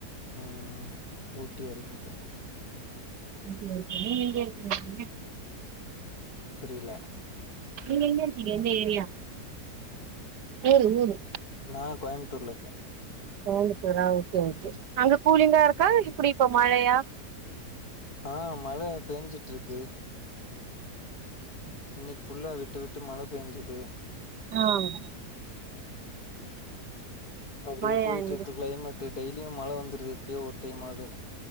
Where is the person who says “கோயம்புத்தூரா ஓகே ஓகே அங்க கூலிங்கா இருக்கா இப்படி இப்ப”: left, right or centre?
Right